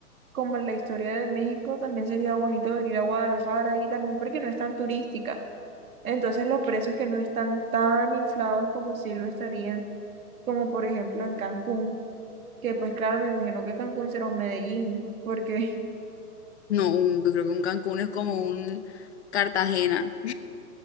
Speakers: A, on the right; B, on the left.
A: como en la historia de México, también sería bonito venir a Guadalajara y también porque no es tan turística. Entonces los precios que no están tan inflados como si lo estarían, como por ejemplo en Cancún, que pues claro, me imagino que Cancún será un Medellín, porque
B: No, un- yo creo que un Cancún es como un Cartagena,